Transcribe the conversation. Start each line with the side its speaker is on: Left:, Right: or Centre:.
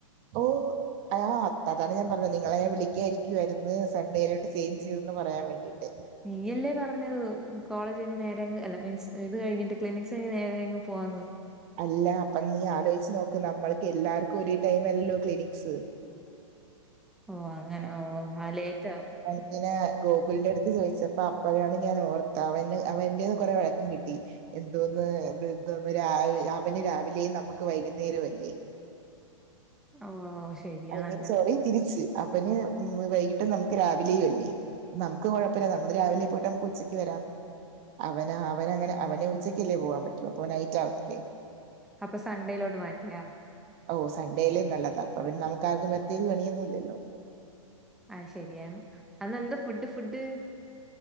Right: ഓഹ് ആഹ് അതോണ്ടാണ് ഞാൻ പറഞ്ഞത് നിങ്ങളെ ഞാൻ വിളിക്കായിരിക്കുവായിരുന്നു സൺഡേയിലോട്ട് ചെയ്ഞ്ച് ചെയ്തെന്ന് പറയാൻ വേണ്ടിട്ട്
Centre: നീയല്ലേ പറഞ്ഞത് കോളേജ് കഴിഞ്ഞ് നേരെ അങ്ങ് അല്ല മീൻസ് ഇത് കഴിഞ്ഞിട്ട് ക്ലിനിക്സ് കഴിഞ്ഞ് നേരെയങ്ങ് പോവാന്ന്?
Right: അല്ല അപ്പൊ നീ ആലോചിച്ച് നോക്ക് നമ്മൾക്ക് എല്ലാർക്കും ഒരേ ടൈം അല്ലല്ലോ ക്ലിനിക്സ്
Centre: ഓഹ് അങ്ങനെ ഓഹ് ആഹ് ലേറ്റ് ആവും
Right: ഇങ്ങനെ ഗോകുലിന്റെ അടുത്ത് ചോദിച്ചപ്പ അപ്പഴാണ് ഞാൻ ഓർത്ത അവന് അവൻ്റേന്ന് കൊറെ വഴക്കും കിട്ടി എന്തോന്ന് എന്തോന്നാ രാവ അവന് രാവിലേയും നമുക്ക് വൈകുന്നേരം അല്ലേ?
Centre: ഓ ശരിയാണല്ലോ
Right: ഐ മീൻ സോറി തിരിച്ച് അവന് ഉം വൈകിട്ട് നമുക്ക് രാവിലേയും അല്ലേ? നമുക്ക് കുഴപ്പില്ല നമ്മള് രാവിലെ പോയിട്ട് നമുക്ക് ഉച്ചക്ക് വരാം അവന് അവന് അങ്ങനെ അവന് ഉച്ചക്കല്ലേ പോവാൻ പറ്റൂ അപ്പൊ നൈറ്റ് ആവത്തില്ലേ?
Centre: അപ്പൊ സൺഡേയിലോട്ട് മാറ്റിയാ?
Right: ഓഹ് സൺഡേല് നല്ലതാ അപ്പൊ പിന്നെ നമുക്കാർക്കും വെർതെ പണിയൊന്നുല്ലല്ലോ?
Centre: അയ് ശെരിയാണ് അന്നെന്താ ഫുഡ് ഫുഡ്